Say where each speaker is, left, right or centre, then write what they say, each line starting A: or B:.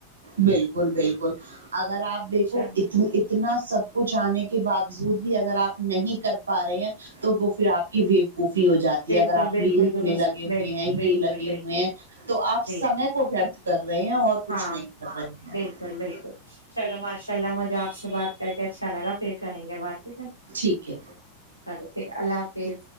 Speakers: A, on the right; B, on the right.
A: بالکل بالکل اگر آپ دیکھو
B: اچھا
A: اتنی ات اتنا سب کچھ آنے کے باوجود بھی اگر آپ نہیں کر پا رہے ہیں تو وہ پھر آپ کی ویو کوفی ہو جاتی
B: بالکل
A: یہ اگر آپ
B: بالکل
A: ریلس
B: درست
A: میں لگے ہوئے
B: بالکل
A: ہیں
B: بالکل
A: یہ لگے
B: بالکل
A: ہوئے ہیں تو آپ
B: جی
A: سمے کو ورتھ کر رہے ہیں اور کچھ
B: ہاں
A: نہیں کر رہے ہیں
B: بالکل چلو ماشاء اللہ مجھے آپ سے بات کر کے اچھا لگا پھر کریں گے بات ٹھیک ہے
A: ٹھیک ہے
B: چلو ٹھیک ہے اللہ حافظ